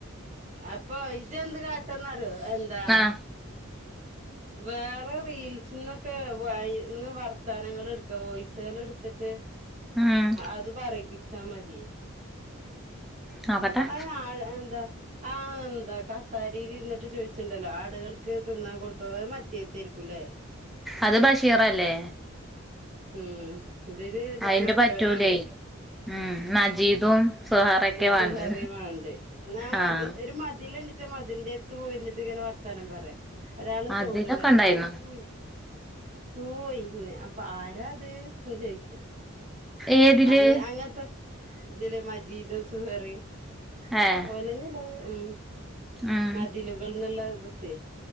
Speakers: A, on the right; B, in the centre.
A: അപ്പൊ ഇജെന്ത് കാട്ടാന്നറിയോ എന്താ
B: ആഹ്
A: വേറെ റീൽസ്ന്നൊക്കെ വയ് ന്ന് വർത്താനങ്ങള്ട്ക്ക. വോയ്സേള്ട്ത്ത്ട്ട്
B: ഉം
A: അത് പറയിപ്പിച്ചാ മതി
B: നോക്കട്ടെ
A: അത് ആ എന്താ ആഹ് ന്താ കസാരയിൽ ഇരുന്നിട്ട് ചോയ്ച്ച്ണ്ടല്ലോ ആട്കൾക്ക് തിന്നാൻ കൊടുത്തോന്ന്. അത് മറ്റേത്തേയ്ര്ക്കു ലേ..
B: അത് ബഷീറല്ലേ?
A: ഉം ഇതില്
B: അയിന്റെ
A: മറ്റോന
B: പറ്റൂലേ
A: വേണ്ടേ
B: ഉം നജീദും സുഹാറൊക്കെ വാണ്ട്
A: സുഹറി മാണ്ടേ ന്നാ മതി
B: ആഹ്
A: ഒരു മതില്ണ്ട് ഇജ്ജ് മതിലിന്റെ അടുത്ത് പോയിന്നിട്ട് ഇങ്ങനെ വർത്താനം പറയ് ഒരാള്
B: അതിലൊക്കെ
A: സൗണ്ട് ഉണ്ടാക്ക
B: ഉണ്ടായിരുന്നു
A: കൂയി കൂയി കൂയിന്ന് അപ്പൊ ആരാത് എന്ന് ചോദിക്കും
B: ഏതില്
A: അങ്ങ അങ്ങൻത്തെ തില് മജീദും സുഹറിയും
B: ഏഹ്
A: ഓലന്നെല്ലത് ഉം
B: ഉം
A: മതിലുകൾന്ന്ള്ളത് ത്തെയ്